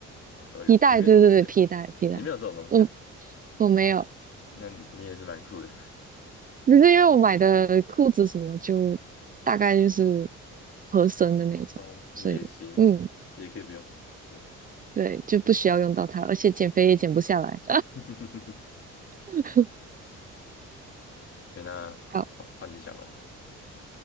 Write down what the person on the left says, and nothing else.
好像都有。
你没有对，
你没有这种东西哦，
那你也是蛮酷的
<laughs> 哦，
也行，也可以不用。对，
<laughs>
可那换换你想哦。